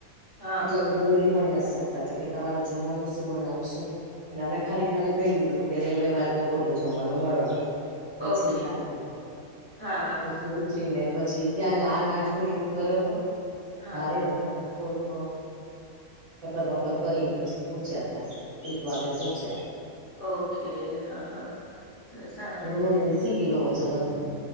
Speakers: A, on the left (about 55°); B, on the right (about 55°).
A: હા,
B: એટલા બધા બોલી પણ નથ શકતા તો કે તમારું જમવાનું શું બનાવશું? એટલે અમે ખાલી ખાલી કહી દીધું તું કે રેલવે માં જ બપોરનું જમવાનું મળવાનું.
A: ઓકે.
B: એ ચિંતા ના કર
A: હા, હા.
B: પછી ઉતરીને પછી ત્યાં આ નાસ્તો એ કર્યો તો
A: હા,
B: ભારે એટલે પ થોક ચકરબકર કરીને પછી પૂચ્યા ત્યાં. એક વાગે પોચ્યા.
A: ઓકે હા હા તે સારું.
B: એમનું એસી કિલો વજન હતું